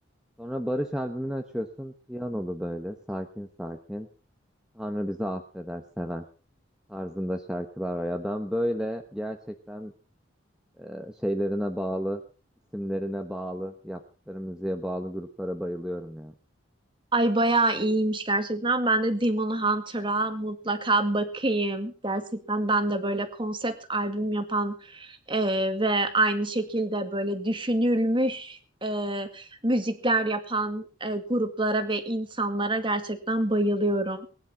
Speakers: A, in the centre; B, on the right.
A: Sonra Barış albümünü açıyorsun. Piyanolu böyle sakin sakin. Tanrı bizi affeder, sever tarzında şarkılar var. Ya ben böyle gerçekten e, şeylerine bağlı, isimlerine bağlı, yaptıkları müziğe bağlı gruplara bayılıyorum ya.
B: Ay bayağı iyiymiş gerçekten. Ben de Demon Hunter'a mutlaka bakayım. Gerçekten ben de böyle konsept albüm yapan e, ve aynı şekilde böyle düşünülmüş e, müzikler yapan e, gruplara ve insanlara gerçekten bayılıyorum.